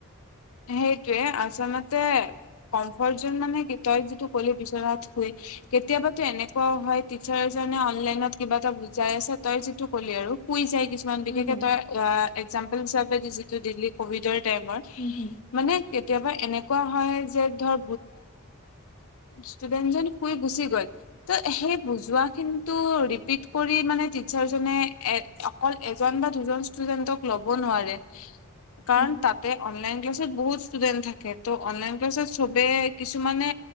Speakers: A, on the left; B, on the left.
A: সেইটোৱে আচলতে কমফৰ্ট জন মানে তই যিটো কলি বিচনাত শুই। কেতিয়াবাতো এনেকুৱও হয় টিচাৰ জনে অনলাইনত কিবা এটা বুজাই আছে তই যিটো ক'লি আৰু কুই যাই। কিছুমান বিশেষে
B: উম হম
A: তই একজাম্পল হিচাপে যিটো দিল্লী কভিডৰ টাইমৰ।
B: উম হুম।
A: মানে কেতিয়াবা এনেকুৱা হয় যে ধৰ। ষ্টুডেণ্টজন শুই গুচি গ'ল। ত সেই বুজোৱা খিনি টো ৰিপিট কৰি মানে টিচাৰ জনে <unintelligible> অকল এজন বা দুজন ষ্টুডেন্টক ল'ব নোৱাৰে।
B: <unintelligible>
A: কাৰণ তাতে অনলাইন ক্লাছত বহুত ষ্টুডেন্ট থাকে ত' অনলাইন ক্লাছত চবে কিছুমানে।